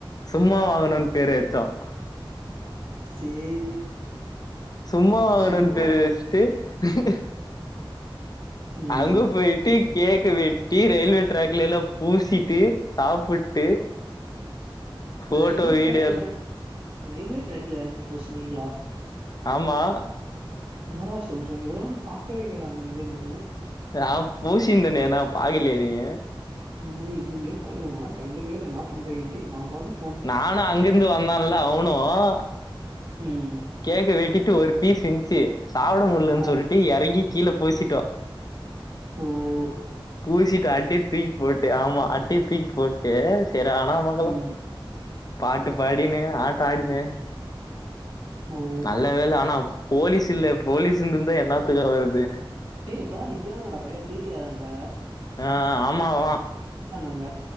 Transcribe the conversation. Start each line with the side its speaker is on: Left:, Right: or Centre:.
Left: சும்மா வாங்கணும்ன்னனு பேர் வச்சோம்
Right: சேரி
Left: சும்மா வாங்கணுன்னனு
Right: சும்மா
Left: பேரு வச்சிட்டு ஹூஹிஹூ
Right: ம்
Left: அங்கு போயிட்டு கேக்க வெட்டி ரயில்வே டார்க் எல்லாம் பூசிட்டு சாப்புட்டு ஃபோட்டோ
Right: ரயல்வே
Left: வீடியோலாம்
Right: ட்ரக்கல ரயில்வே ட்ராக்ல இறங்கி பூஸ்னிங்கள
Left: ஆமா
Right: என்ன டா சொல்றீங்க இதெல்லாம் நான் பாக்கவே இல்லையே டா அங்க இருந்துனு
Left: ஆ பூசிந்தனேன்னா பாக்கலய நீங்க
Right: நா எதுமே பாக்கல நா கண்டுகவேல்ல என்ன பண்றிங்கண்டு நா பாட்கு
Left: நானும் அங்கிருந்து வந்தான்ல அவனும்
Right: ம்
Left: கேக்க வெட்டிட்டு ஒரு பீச் இந்ஸ்ச்சு சாப்புடாமுல்னு
Right: ஆ
Left: சொல்லிட்டு இறங்கி கீழே பேசிட்டா
Right: ஓம்
Left: பூசிட்டு அடி தூக்கி போட் ஆமா அட்டை தூக்கி போட்டு சரியான அமக்களம்
Right: ம்
Left: பாட்டு பாடின்னு ஆட் பயனுக
Right: ஓ
Left: நல்ல வேல ஆனா அப் போலீஸ் இல்ல போலீஸ் இருந்தா என்னாத்துக் ஆகுறது
Right: ஏய் இப்பெல்லாம் நிக்கிறாங்கடா பையன் டிட்டியார்அங்க
Left: ஆ ஆமா வ
Right: ஆனாங்க